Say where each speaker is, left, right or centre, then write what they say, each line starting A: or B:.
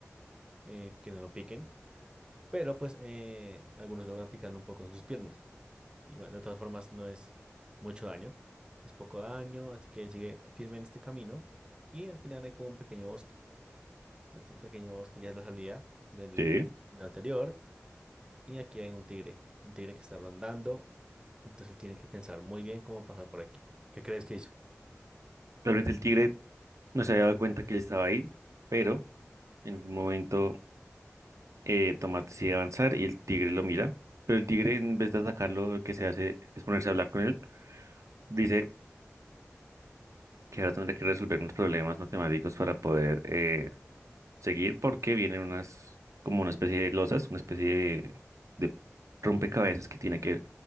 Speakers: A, on the right; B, on the right.
A: eh, que no lo piquen. Pero pues eh, algunos logran picarlo un poco en sus piernas. Y bueno, de todas formas no es mucho daño, es poco daño, así que sigue firme en este camino. Y al final hay como un pequeño bosque. En Este pequeño bosque ya es la salida del,
B: sí.
A: del anterior. Y aquí hay un tigre, un tigre que está rondando. Entonces él tiene que pensar muy bien cómo pasar por aquí. ¿Qué crees que hizo?
B: Tal vez el tigre no se había dado cuenta que él estaba ahí, pero en un momento eh, Tomás decide avanzar y el tigre lo mira. Pero el tigre, en vez de atacarlo, lo que se hace es ponerse a hablar con él. Dice que ahora tendrá que resolver unos problemas matemáticos para poder eh, seguir, porque vienen unas, como una especie de losas, una especie de, de rompecabezas que tiene que